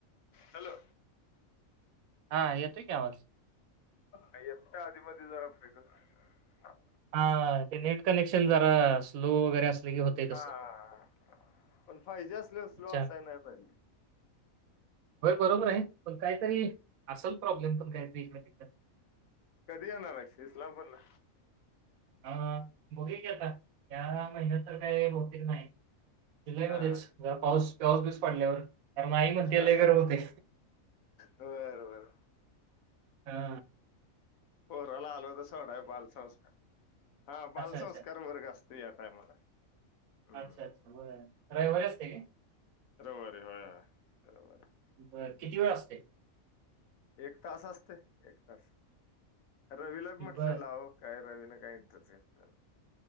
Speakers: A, on the left; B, on the right.
A: हॅलो
B: हा येतोय की आवाज
A: का या आधी मधी झाला फ <unintelligible>
B: हा.. ते नेट कनेक्शन जरा स्लो वगैरे असले की होते
A: हा
B: तस.
A: पण पाहिजे असल्यावर स्लो
B: अच्छा
A: असाय नाही पाहिजे
B: होय बरोबर आहे. पण काहीतरी आसल प्रॉब्लेम पण काय तर इकड तिकड.
A: कधी येणार हायस इस्लामपूर ला.
B: हा. बगुयां की आता या महिन्यात तर काय भौतेक क नाही. जुलैमध्येच
A: हा
B: जरा पाऊस, पाऊस बिऊस पडल्यावर. कारण आई म्हणते
A: हाहा
B: लय गरम होतंय.
A: बर बर.
B: हा.
A: पोराला आलो होतो सोडायं, बालसंस्कार हा बालसंस्कार
B: अच्छा, अच्छा.
A: वर्ग असतयं या टायमाला हम्म
B: अच्छा, अच्छा. बरं. रविवारी असते काय?
A: रविवारी होय. रविवारी
B: बरं. किती वेळ असते?
A: एक तास असते. एक तास रवीला बी
B: बरं.
A: म्हटलं लाव काय रवीन काही इंटरेस्ट घेतलेल नाही.